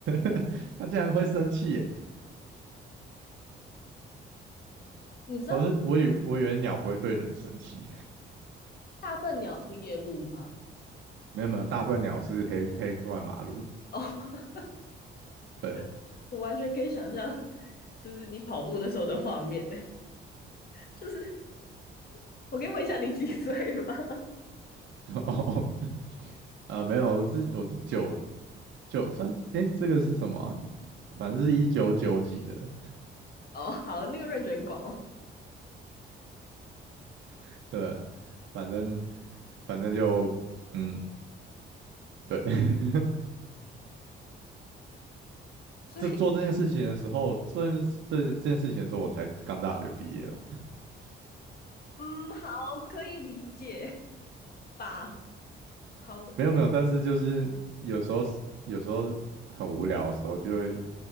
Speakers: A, on the right (about 70°); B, on the left (about 50°).
A: <laughs> 他竟然会生气耶！
B: <laughs> 你知道
A: 我是我以我以为鸟不会对人生气，
B: 大笨鸟是夜鹭吗？
A: <laughs> 没有没有，大笨鸟是黑黑过马路，
B: 哦、oh,
A: 对，
B: <laughs> 我完全可以想象，就是你跑步那时候的画面呢、就是我可以问一下你几岁吗？<laughs>
A: <laughs> 哦哦，<laughs> 啊没有，我是我是酒就算哎，这个是什么啊反正是一九九几的，
B: 哦，oh, 好，那个 r a n 很广哦，
A: <laughs> 对，反正反正就嗯，对，<laughs>
B: 所以
A: 这做这件事情的时候，做这件事这这件事情的时候，我才刚大学毕业了，
B: 嗯，好，可以理解吧？好，
A: 没有没有，但是就是有时候是有时候很无聊的时候，就会